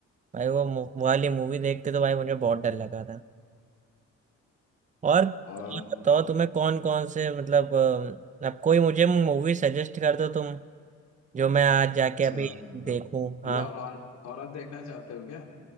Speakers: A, on the right; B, on the left.
A: भाई वो मु- वाली मूवी देख के तो भाई मुझे बहुत डर लगा था और और
B: और
A: बताओ तुम्हें कौन कौन से मतलब अम, अब कोई मुझे मूवी सजेस्ट कर दो तुम जो मैं आज जाके
B: अच्छा
A: अभी
B: मतलब
A: देखूं
B: मतलब
A: हाँ
B: हॉर हॉरर देखना चाहते हो क्या